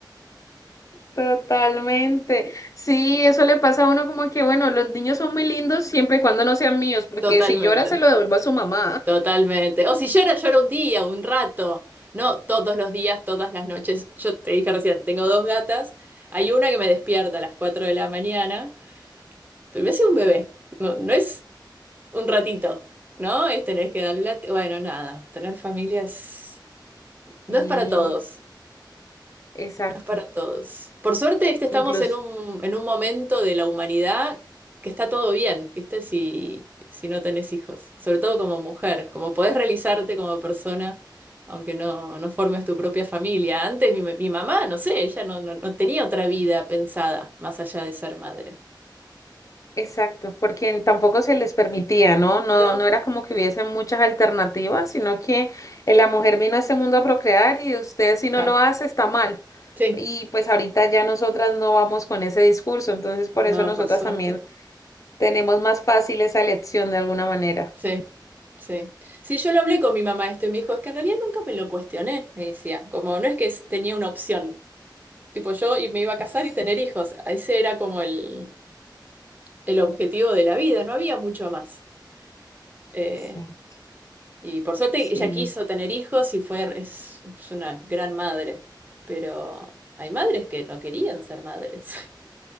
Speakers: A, on the left; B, on the right.
A: Totalmente. Sí, eso le pasa a uno como que, bueno, los niños son muy lindos siempre y cuando no sean míos, porque
B: Totalmente,
A: si llora se lo devuelvo a su mamá.
B: totalmente. O si llora, llora un día, un rato. No todos los días, todas las noches. Yo te dije recién, tengo dos gatas. Hay una que me despierta a las 4 de la mañana, pero me hace un bebé. No, no es un ratito, ¿no? Es tener que darle la... Bueno, nada, tener familias
A: Sí,
B: no es para todos,
A: exacto.
B: no es para todos. Por suerte, este, estamos
A: Incluso.
B: en un, en un momento de la humanidad que está todo bien, ¿viste? Si, si no tenés hijos, sobre todo como mujer, como podés realizarte como persona. Aunque no, no formes tu propia familia. Antes mi, mi mamá, no sé, ella no, no, no tenía otra vida pensada más allá de ser madre.
A: Exacto, porque tampoco se les permitía, ¿no? No,
B: No,
A: no era como que hubiesen muchas alternativas, sino que eh, la mujer vino a este mundo a procrear y usted si no
B: ya.
A: lo hace está mal.
B: Sí,
A: Y pues ahorita ya nosotras no vamos con ese discurso, entonces por
B: no,
A: eso nosotras
B: por suerte.
A: también tenemos más fácil esa elección de alguna manera.
B: Sí. Sí. Sí, yo lo hablé con mi mamá esto y me dijo, es que en realidad nunca me lo cuestioné, me decía. Como no es que es- tenía una opción. Tipo, yo y me iba a
A: Exacto,
B: casar y tener hijos. Ese era como el, el objetivo de la vida, no había mucho más. Eh,
A: exacto.
B: y por suerte
A: Sí,
B: ella quiso tener hijos y fue, es, es una gran madre. Pero hay madres que no querían ser madres